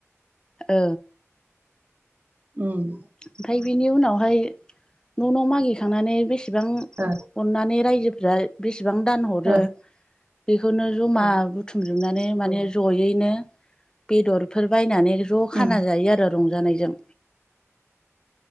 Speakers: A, on the left (about 15°); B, on the right (about 30°).
A: औ।
B: उम।
A: ओमफ्राय बेनि उनावहाय न' न' मागिखांनानै बेसे बेसेबां
B: ओ
A: अननानै रायजो <inaudible> बेसेबां दान हरो।
B: ओ
A: बेखौनो जमा बुथुमजोबनानै माने जयैनो बेदरफोर बायनानै ज' खाना
B: उम
A: जायो आरो रंजानायजों।